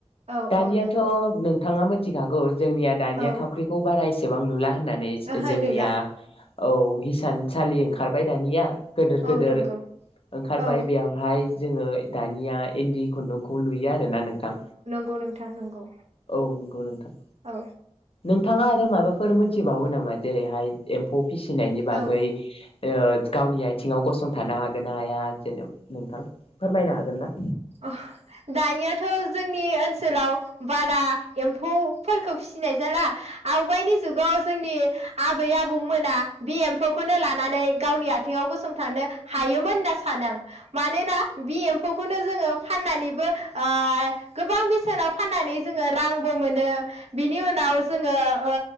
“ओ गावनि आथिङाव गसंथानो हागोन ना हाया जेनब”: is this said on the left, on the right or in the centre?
Left